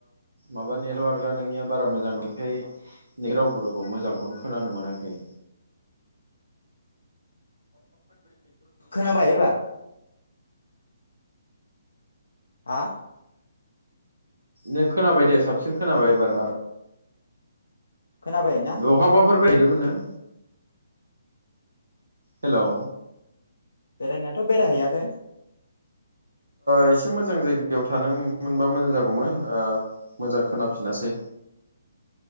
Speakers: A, on the right; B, on the left.
A: माबा नेटवार्कआ ओ नोंनिया बारा मोजां <unintelligible> नोंनि रावफोरखौ मोजांखौनो खोनानो मोनाखै।
B: खोनाबाय एबार हा
A: नों खोनाबाय दे साबसिन खोनाबाय एबार
B: खोनाबाय ना
A: बहाबाफोर बहैदोंमोन नो हेलौ।
B: बेरायनायाथ' बेरायहैयाखै
A: एसे मोजां जायगायाव थानो मोनबा मोजां जागौमोन मोजां खोनाफिनासै।